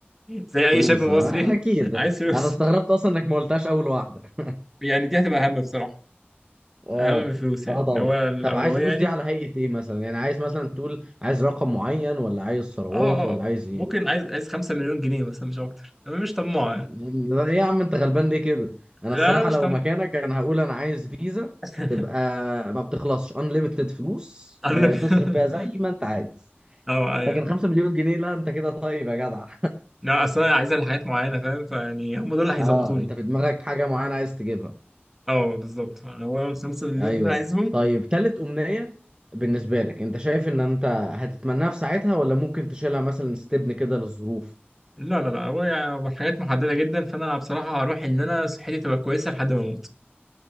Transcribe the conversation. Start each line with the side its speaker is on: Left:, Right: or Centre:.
Centre: <laughs> زي
Right: فلوس
Centre: اي شاب مصري
Right: آه، أكيد
Centre: <laughs> عايز فلوس
Right: أنا استغربت أصلا إنك ما قلتهاش أول واحدة <laughs>
Centre: يعني دي هتبقى اهم بصراحه
Right: آه
Centre: اهم من الفلوس يعني
Right: آه طبعا
Centre: لو هو الاولويه
Right: طب عايز فلوس
Centre: يعني
Right: دي على هيئة إيه مثلا؟ يعني عايز مثلا تقول عايز رقم معين ولا عايز ثروات
Centre: اه
Right: ولا
Centre: اه
Right: عايز إيه؟
Centre: ممكن عايز عايز 5 مليون جنيه مثلا مش اكتر انا مش طماع يعني
Right: يعني إيه يا عم أنت غلبان ليه كده؟ أنا الصراحة
Centre: لا أنا مش
Right: لو
Centre: طماع
Right: مكانك أنا هقول أنا عايز فيزا
Centre: <laughs>
Right: تبقى ما بتخلصش unlimited فلوس
Centre: انا
Right: آه،
Centre: <laughs>
Right: تصرف فيها زي ما أنت عايز
Centre: اه ايوه
Right: لكن 5 مليون جنيه لا انت كده طيب يا جدع
Centre: لا اصل انا عايزها لحاجات معينه فاهم فيعني هم دول اللي
Right: <laughs>
Centre: هيظبطوني
Right: اه انت في دماغك حاجة معينة عايز تجيبها
Centre: اه بالظبط هو الخمسة مليون
Right: ايوه
Centre: اللي انا عايزهم
Right: طيب تالت امنية بالنسبة لك انت شايف ان انت هتتمناها في ساعتها ولا ممكن تشيلها مثلا ستبن كده للظروف
Centre: لا لا لا هو يعني حاجات محددة جدا فأنا بصراحة هروح إن أنا صحتي تبقى كويسة لحد ما أموت